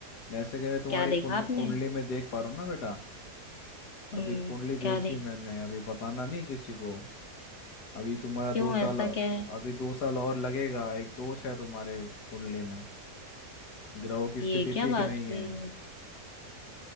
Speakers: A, on the left; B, on the left.
A: जैसे कि मैं तुम्हारी
B: क्या देखा
A: कुंडली
B: आपने
A: कुंडली में देख पा रहा हूँ ना बेटा
B: हम्म
A: अभी कुंडली देखी
B: क्या देखा
A: मैंने अभी बताना नहीं किसी को अभी तुम्हारा दो
B: क्यों
A: साल
B: ऐसा
A: अभी
B: क्या है
A: दो साल और लगेगा एक दोष है तुम्हारे कुंडली में ग्रहों की स्थिति
B: ये क्या
A: ठीक
B: बात
A: नहीं है
B: हुई